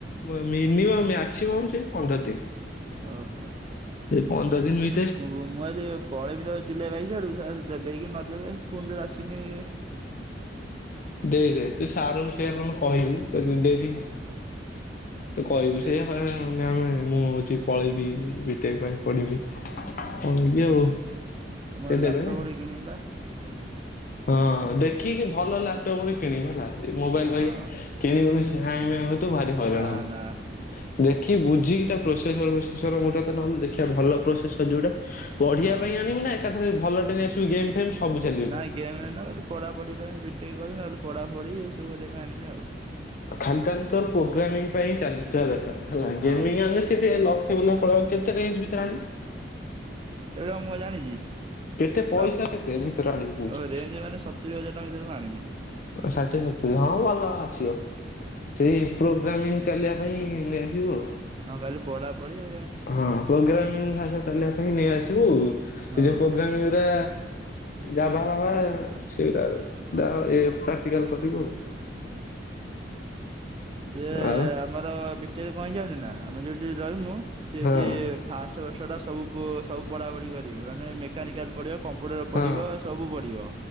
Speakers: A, on the left; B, on the right.
A: ମ-ମିନିମମ୍ ମାକ୍ସିମମ୍ ସେଇ ପନ୍ଦର ଦିନ୍।
B: ଓହୋ।
A: ସେ ପନ୍ଦର ଦିନ ଭି
B: ମୁଁ-ମୁଁ ଆଜି ପଳେଇବି ତ ଜୁଲାଇ ବାଇଶି ଆଡକୁ ସଳା ଦେବେ କି ନ ଦେବେ ଫୁଣି ଥରେ ଆସିମି।
A: ଦେଇ ଦେ ତୁ ସାରୁ ଙ୍କୁ ସେୟା ନନେ କହିବୁ ଯଦି ଡେରି ହବ। ତୁ କହିବୁ
B: ଯେ
A: ସେଆ ମାମ ମୁଁ ହଉଚି ପଳେଇବି ବିଟେକ ପାଇଁ ପଢିବି। ପଳେଇବି ଆଉ।
B: ତମର
A: ସେ ଦେବେନି
B: ଲାପଟପ ଗୋଟେ କିଣିମି ପା।
A: ହଁ ଦେଖିକି ଭଲ ଲାପଟପ୍ ଗୋଟେ କିଣିବୁ ହେଲା ଏ ମୋବାଇଲ
B: ହଁ
A: ପାଇଁ କିଣିବୁ ସିଏ ହ୍ୟାଙ୍ଗ ମ୍ୟାଙ୍ଗ ହଉଥୁବ ଭାରି ହଇରାଣ
B: ନା
A: ହବୁ।
B: ନା
A: ଦେଖି ବୁଝିକି ତା ପ୍ରୋସେସର ଫ୍ରୋସେସର ମୁ ତତେ ନହଲେ ଦେଖିବା ଭଲ ପ୍ରୋସେସ ଯୋଉଟା ପଢ଼ିବା
B: ହଁ।
A: ପାଇଁ ଆଣିବୁ ନା ଏକାଥରେ ଭଲ ଟେ ନେଇ ଆସିବୁ ଗେମ୍ ଫେମ୍ ସବୁ ଚାଲିବ
B: ନା
A: ଯେମିତି।
B: ଗେମ୍ ନହଲେ ପଢାପଢି ପାଇଁ ବିଟେକ କରିିବି ନହେଲେ ପଢାପଢି ଏଇ ସବୁ କରିବା ପାଇଁ ଆଣିବି ଆଉ।
A: ଖାଲି ତାନେ ତୋର ପୋଗ୍ରାମିଂ ପାଇଁ ଚାଲିିଥିବା ଦରକାର ହେଲା
B: ହଁ
A: ଗାମିଙ୍ଗ ଆଣିଲେ ସେ ଟିକେ ଲକ୍ଷେ <unintelligible> କେତେ ରେଞ୍ ଭିତରେ ଆଣିବୁ?
B: ସେଇଟା ମୁଁ କ ଜାଣିଚି
A: କେତେ ପଇସା
B: ବାପ
A: କେତେ ଭିତରେ ଆଣିବୁ କହୁଛୁ
B: ଆଉ ରେଞ୍ଜ ମାନେ ସତୁରି ହଜାର ଟଙ୍କା ଭିତ ମୁ ଆଣିମି।
A: ଷାଠିଏ ସତୁୁରୀ ହଁ ଭଲ ଆସିବ। ସେଇ ପ୍ରୋଗ୍ରାମିଂ ଚାଲିବା ପାଇଁ ନେଇଆସିବୁ ଆଉ।
B: ହଁ ଖାଲି ପଢା ପଢି ଏ
A: ହଁ ପ୍ରୋଗ୍ରାମିଂ ଭାଷା ଚାଲିବା ପାଇଁ ନେଇ ଆସିବୁ
B: ହଁ।
A: ହେ ଯୋଉ ପ୍ରୋଗ୍ରାମିଂ ଆ ଯାଭ ବାବା ଆ ସେଗଟା ଜା ପ୍ରାକ୍ଟିକାଲ କରିବୁ ଆଉ।
B: ସିଏ
A: ଆଉ
B: ଆମର ବିଟେକ କଁ ହେଇଚି ଜାନଚୁ ନା ଆମେ ଯୋଉଠି ରହିମୁ ସେଠି
A: ଆଉ
B: ଫାଷ୍ଟ ବର୍ଷଟା ସବୁ ସବୁ ପୁ ପଢାପଢି କରିବେ ମାନେ ମେକାନିକାଲ୍ ପଢ଼ିବ କମ୍ପୁଟର ପଡିବ
A: ହଁ
B: ସବୁ ପଡିବ।